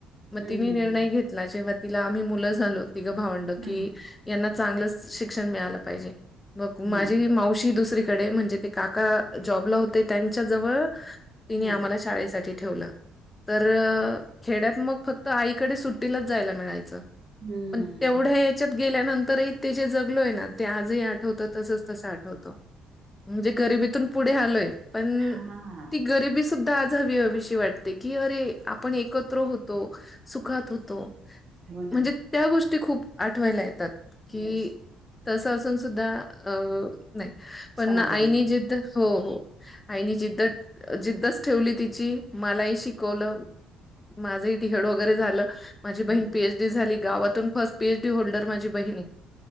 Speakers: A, on the left; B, on the right.
A: मग
B: हम्म,
A: तिने निर्णय घेतला, जेव्हा तिला आम्ही मुलं झालो तिघ भावंड
B: हम्म.
A: की यांना चांगलंच शिक्षण मिळालं पाहिजे. मग
B: हम्म,
A: माझी
B: हा
A: मावशी दुसरीकडे म्हणजे ते काका जॉबला होते. त्यांच्या जवळ तिने
B: हा
A: आम्हाला शाळेसाठी ठेवलं, तर खेड्यात मग फक्त आईकडे सुट्टीलाच जायला मिळायचं.
B: हम्म.
A: पण तेवढ्या याच्यात गेल्यानंतरही ते जे जगलोय ना. ते आजही आठवत तसच तस आठवत. म्हणजे गरिबीतून पुढे आलोय पण
B: हां.
A: ती गरिबी सुद्धा आज हवी-हवीशी वाटते की अरे आपण एकत्र होतो. सुखात होतो,
B: हो ना.
A: म्हणजे त्या गोष्टी खूप आठवायला येतात. कि
B: येस.
A: तस असून सुद्धा अ नाही. पण
B: समाधानी
A: आईनी
B: होतो.
A: जिद्द हो हो आईनी जिद्दत जिद्दच ठेवली तिची, मलाही शिकवलं. माझंही टिहड वगैरे झालं. माझी बहीण
B: हं.
A: पीएच डी झाली. गावातून फर्स्ट पीएच डी होल्डर माझी बहिण.